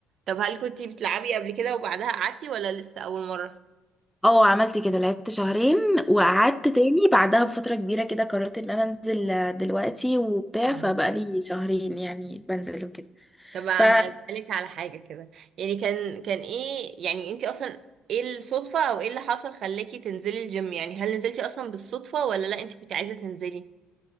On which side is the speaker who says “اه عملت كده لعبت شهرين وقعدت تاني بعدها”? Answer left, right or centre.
Centre